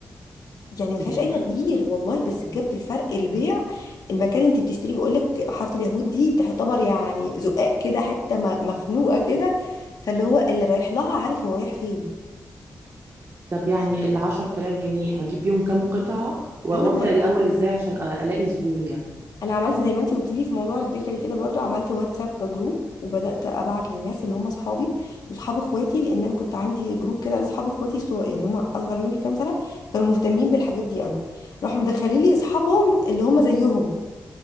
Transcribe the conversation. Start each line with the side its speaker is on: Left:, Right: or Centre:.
Left: يعني ما فيهاش
Right: يا
Left: اي تغيير والله بس بجد الفرق البيع المكان اللي انت بتشتري بقول لك حاره اليهود دي تعتبر يعني زقاق كده حته م- مخنوقه كده فاللي هو اللي رايح لها عارف هو رايح فين
Right: طب يعني العشر تلاف جنيه هجيب بيهم كام قطعة و-
Left: ايوه
Right: وابدأ الأول ازاي عشان أ- ألاقي زبون يعني
Left: انا عملت زي ما انت قلت لي في موضوع البيكري كده برضو عملت واتساب جروب وبدات ابعت للناس اللي هم اصحابي واصحاب اخواتي لان انا كنت عندي جروب كده لاصحاب اخواتي الصغ- اللي هم اصغر مني بكام سنه كانوا مهتمين بالحاجات دي قوي راحوا مدخلين لي اصحابهم اللي هم زيهم